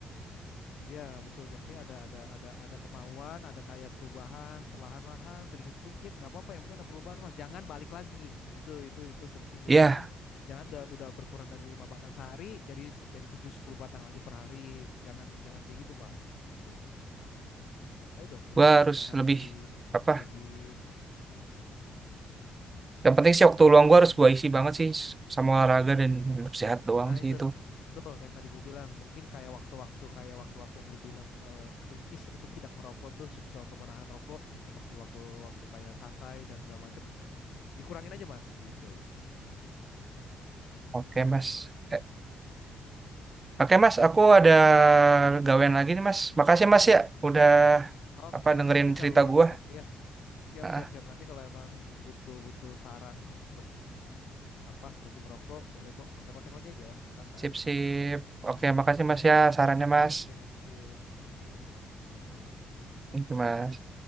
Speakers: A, on the left (about 70°); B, on the right (about 30°).
A: ya betul yang penting ada ada ada ada kemauan ada kayak perubahan perlahan-lahan sedikit-sedikit nggak apa-apa yang penting ada perubahan mas jangan balik lagi itu itu itu penting juga
B: Iya,
A: jangan jangan udah udah berkurang dari lima batang sehari jadi jadi tujuh sepuluh batang lagi per hari jangan jangan kayak gitu mas gitu Ayo dong hidup
B: gua harus
A: sehat,
B: lebih
A: lebih
B: apa?
A: lebih
B: Yang penting sih waktu luang gua harus gua isi banget sih s- sama olahraga dan hidup sehat doang
A: nah
B: sih
A: itu
B: itu.
A: betul yang tadi gue bilang mungkin kayak waktu-waktu kayak waktu-waktu yang lu bilang eh, kritis <laughs> untuk tidak merokok tuh susah untuk menahan rokok seperti waktu-waktu kayak santai dan segala macam dikurangin aja mas gitu
B: Oke Mas.
A: gua.
B: Eh,
A: Mm-mm.
B: Oke Mas, aku ada gawean lagi nih Mas. Makasih Mas ya
A: Oke
B: udah
A: Oke
B: apa dengerin
A: nanti kalau
B: cerita gua.
A: memang ya siap
B: Ah,
A: siap siap nanti kalau emang butuh butuh saran untuk apa berhenti ngerokok boleh kok kontak-kontak lagi aja santai.
B: sip sip. Oke, makasih Mas ya sarannya
A: Oke
B: Mas.
A: sip thank you sama-sama.
B: Thank you Mas.